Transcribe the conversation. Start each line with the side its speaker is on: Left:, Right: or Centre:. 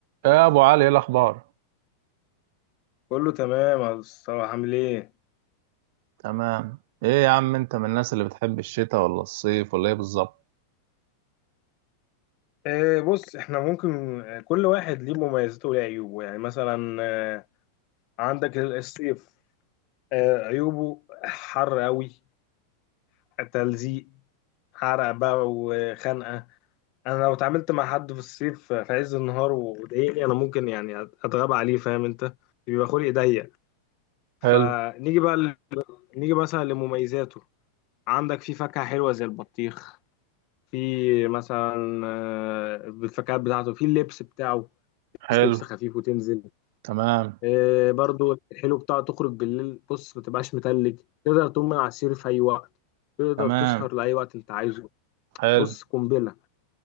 Right: يا ابو علي ايه الاخبار
Left: كله تمام يا مصطفى عامل ايه؟
Right: تمام ايه يا عم انت من الناس اللي بتحب الشتاء ولا الصيف ولا ايه بالظبط
Left: آه بص احنا ممكن آه، كل واحد ليه مميزاته وليه عيوبه يعني مثلا آه عندك الصيف آه عيوبه حر قوي تلزيق حرق بقى وخنقة انا لو اتعاملت مع حد في الصيف في عز النهار وضايقني انا ممكن يعني اتغاب عليه فاهم انت؟ بيبقى خلقي ضيق فنيجي
Right: حلو
Left: بقى ل... نيجي مثلا لمميزاته عندك في فاكهة حلوة زي البطيخ في مثلا آه، الفكات بتاعته في اللبس بتاعه
Right: حلو
Left: بس لبس خفيف وتنزل
Right: تمام
Left: آه، برضو الحلو بتاعه تخرج بالليل بص ما تبقاش متلج تقدر تقوم من على السرير في اي وقت تقدر
Right: تمام
Left: تسهر لاي وقت انت عايزه
Right: حلو
Left: بص قنبله